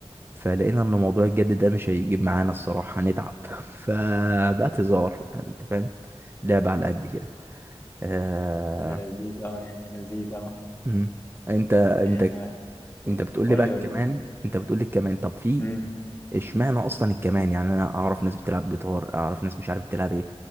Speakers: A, on the right; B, on the left.
A: فلقينا ان موضوع الجد ده مش هيجيب معانا الصراحة هنتعب <laughs> فبقت هزار يعني انت فاهم لعبة على قد كده آه
B: هذا لذيذ اه يعني لذيذ اه
A: مم. انت انت
B: يعني أنا-
A: انت بتقول
B: قول
A: لي بقى
B: لي
A: كمان
B: قول
A: انت بتقول لي كمان طب في
B: لي
A: اشمعنى اصلا الكمان يعني انا اعرف ناس بتلعب جيتار اعرف ناس مش عارف بتلعب ايه